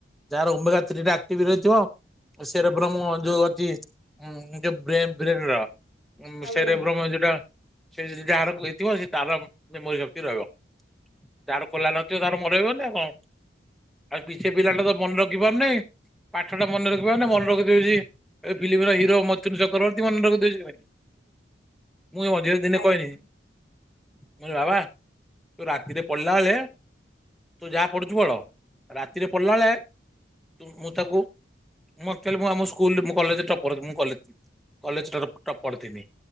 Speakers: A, in the centre; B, on the left (about 65°).
A: ଯାହାର ଓମେଗା ଥ୍ରୀ ଟା ଆକ୍ଟିଭ୍ ରହିଥିବ ସେର ଭ୍ରମ ଯଉ ଅଛି ଉଁ- ଯଉ ବ୍ରେ-ବ୍ରେନ୍ ର ଉଁ
B: ଆଜ୍ଞା
A: -ସେରେ ଭ୍ରମ ଯଉଟା ସେ ଯଦି ଯାହାର ହେଇଥିବ ସେ ତାର ମେମୋରି ଶକ୍ତି ରହିବ। ଯାର ଖୋଲା ନଥିବ ତାର ମନେ ରହିବନି ଆଉ କଣ ଆଉ କି ସେ ପିଲା
B: ଆଜ୍ଞା
A: ଟା ତ ମନ ଜୀବନ୍ ନେଇଁ ପାଠ ଟା ମନେ ରଖି ପାରୁନି ମନେ ରଖି ଦଉଚି ଏ ଫିଲ୍ମର ହରୋ ମଥୁନୁ ଚକ୍ରବର୍ତୀ ମନେ ରଖି ଦଉଚି ଖାଲି। ମୁଁ ଏ ମଝିରେ ଦିନେ
B: ଆଜ୍ଞା ଆଜ୍ଞା।
A: କହିଲି-କହିଲି ବାବା ତୁ ରାତିରେ ପଢିଲା ବଳେ ତୁ ଯାହା ପଢୁଚୁ ପଢ ରାତିରେ ପଢିଲା ବଳେ ତୁ ମୁଁ ତାକୁ ମୁଁ ଆକ୍ଚୁଆଲି ମୁଁ ଆମ ସ୍କୁଲରେ- ମୁଁ କଲେଜରେ ଟପର୍ ଥିଲି କଲେ- କଲେଜ୍ ଟପ୍ପର ଥିଲି।